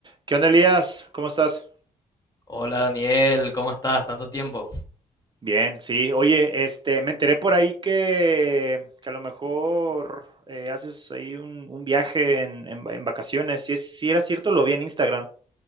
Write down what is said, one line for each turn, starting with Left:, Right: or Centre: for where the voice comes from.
Right: ¿Qué onda, Elías? ¿Cómo estás?
Left: Hola Daniel, ¿cómo estás? Tanto tiempo.
Right: Bien, sí. Oye, este, me enteré por ahí que, que a lo mejor eh, haces ahí un, un viaje en, en va- en vacaciones. Si, es, si era cierto, lo vi en Instagram.